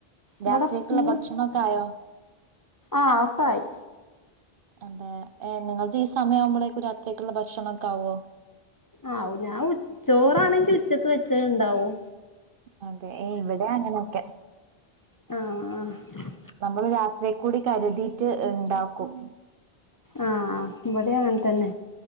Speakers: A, on the left; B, on the right.
A: ഇവിടെന്ന്
B: രാത്രിയേക്കുള്ള ഭക്ഷണൊക്കെ ആയോ
A: ആഹ് ഒക്കായി.
B: അതെ നിങ്ങൾത് ഈ സമയം ആവുമ്പളെക്കും രാത്രിക്കായ്ക്കുള്ള ഭക്ഷണം ഒക്കെ ആവോ?
A: ആ ഞാൻ ഉ ച്ചോറാണെങ്കി ഉച്ചക്ക് വെച്ച ണ്ടാവും
B: അതെ ഏ ഇവിടെ അങ്ങനെയൊക്കെ.
A: ആഹ് ആഹ്
B: നമ്മൾ രാത്രിയക്കൂടി കരുതിയിട്ട് ഇണ്ടാക്കും.
A: ആഹ് ഇവിടെ അങ്ങനെ തന്നെ